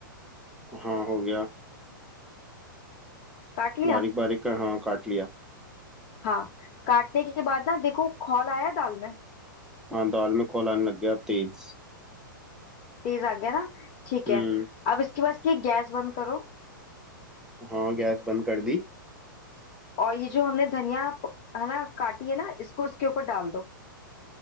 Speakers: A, in the centre; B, on the left (about 40°).
A: हाँ हो गया
B: काट लिया
A: बारीक बारीक का हाँ काट लिया
B: हाँ काटने के बाद ना देखो खौल आया दाल में
A: हाँ दाल में खोल आने लग गया अब तेज
B: तेज आ गया ना ठीक
A: हम्म
B: है अब इसके बाद इसकी गैस बंद करो
A: हाँ गैस बंद कर दी
B: और ये जो हमने धनिया प- है ना काटी है ना इसको इसके ऊपर डाल दो